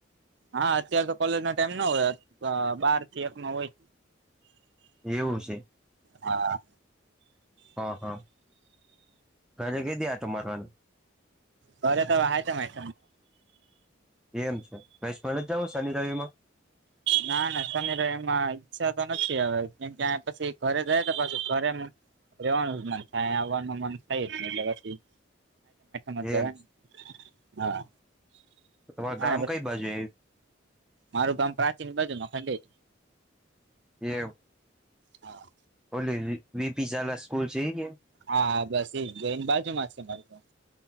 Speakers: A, on the right; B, in the centre.
A: હા અત્યારે તો કોલેજનો ટાઈમ ના હોય બાર થી એક નો હોય.
B: એવું છે.
A: હા.
B: હા હા, ગાજે કેદી આટો મારવાનો?
A: ઘરે તો આહે તો <unintelligible>
B: એમ છે મેચમાં નથી જવુ શનિ રવિમાં?
A: ના ના સમીર એમાં ઈચ્છા તો નથી હવે કેમકે પછી ઘરે જાય તો પાછું ઘરે રેવાનું જ મન થાય આવવાનું મન થાય જ, એટલે પછી જ જવાને,
B: એમ છે.
A: હા
B: તો તમારું
A: હા.
B: ગામ કઈ બાજુ
A: મારું ગામ પ્રાચીન બાજુમાં ખંડેજ.
B: એવુ?
A: હા
B: ઓલી વીપી જાલા સ્કૂલ છે ઈ હે
A: હા હા બસ એ ગયને બાજુ મા છે, મારું ઘર